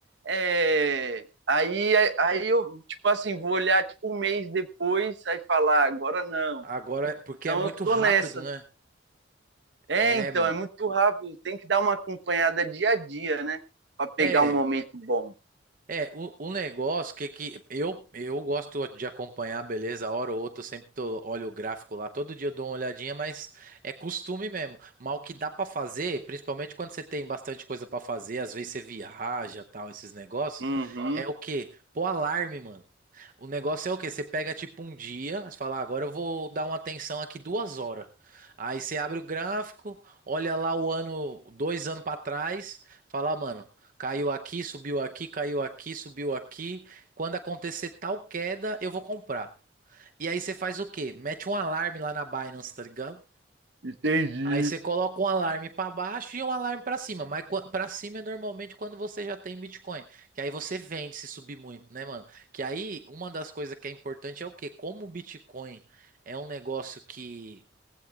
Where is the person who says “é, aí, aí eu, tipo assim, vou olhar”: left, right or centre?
Right